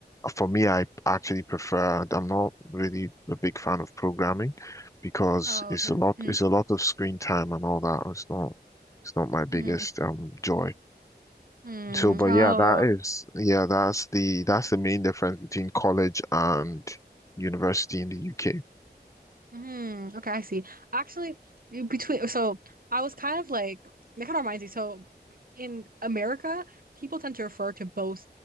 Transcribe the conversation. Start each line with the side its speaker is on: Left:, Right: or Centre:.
Left: for me, I actually prefer, I'm not really a big fan of programming because
Right: Oh,
Left: it's
Right: okay.
Left: a lot,
Right: Mm-hmm.
Left: it's a lot of screen time and all that. It's not, it's not my biggest
Right: Mm-hmm.
Left: um joy.
Right: Mm.
Left: So, but
Right: Oh,
Left: yeah, that is, yeah, that's the, that's the main difference between college and university in the UK.
Right: Mm, okay, I see. Actually, in between, so I was kind of like, that kind of reminds me. So in America, people tend to refer to both